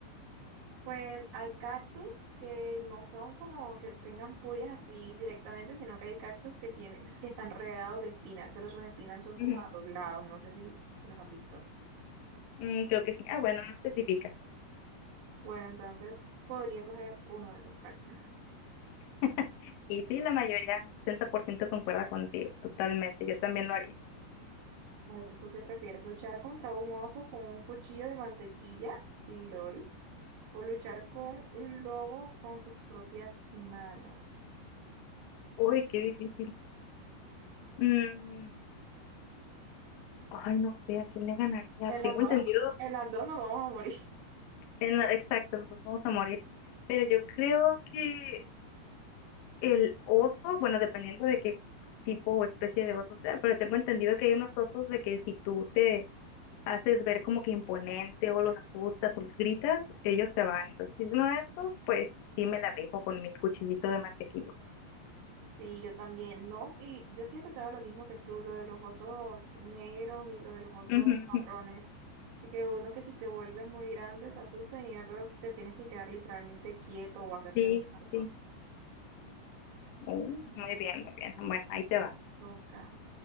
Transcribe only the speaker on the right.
Pues hay cactus que no son como que tengan puyas así directamente, sino que hay cactus que tienen, <laughs> que están rodeados de espinas, pero sus espinas son
como a los lados, no sé si, si los has visto.
Bueno, entonces podría coger uno de esos cactus. <laughs>
A ver, ¿tú qué prefieres? ¿Luchar contra un oso con un cuchillo de mantequilla? LOL. ¿O luchar con un lobo con tus propias manos?
En
las dos,
en las dos nos vamos a morir.
Sí, yo también, no, y yo sí he escuchado lo mismo que tú, lo de los osos negros y lo de los osos
marrones.
Así que uno que si te vuelves muy grande se asusta y otro te tienes que quedar literalmente quieto o hacerte
el muerto.
Eso
Toca.